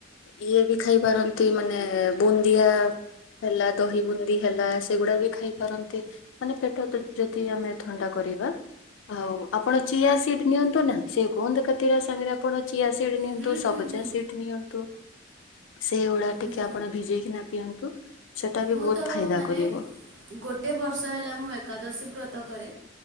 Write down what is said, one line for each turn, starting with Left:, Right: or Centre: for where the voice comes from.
Left: ଇଏ ବି ଖାଇପାରନ୍ତି ମାନେ ବୁନ୍ଦିଆ ହେଲା ଦହି ବୁନ୍ଦି ହେଲା ସେଗୁଡା ବି ଖାଇପାରନ୍ତି ମାନେ ପେଟ ଯଦି ଆମେ ଥଣ୍ଡା କରିବା ଆଉ ଆପଣ ଚିଆସିଡ ନିଅନ୍ତୁ ନା ସେ ଗୋନ୍ଦ କାତି ସାଙ୍ଗରେ ଆପଣ ଚିଆ ସିଡ୍ ନିଅନ୍ତୁ
Right: ହୁଁ
Left: ସବଜା
Right: ହୁଁ ହୁଁ
Left: ସିଡ୍ ନିଅନ୍ତୁ। ସେଇଗୁଡା
Right: ହୁଁ
Left: ଟିକେ ଆପଣ ଭିଜେଇକି ନା ପିଅନ୍ତୁ। ସେଟା ବି
Right: ମୁଁ
Left: ବହୁତ
Right: ତ
Left: ଫାଇଦା
Right: ମାନେ
Left: କରିବ
Right: ଗୋଟେ ବର୍ଷ ହେଲା ମୁଁ ଏକାଦଶୀ ବ୍ରତ କରେ।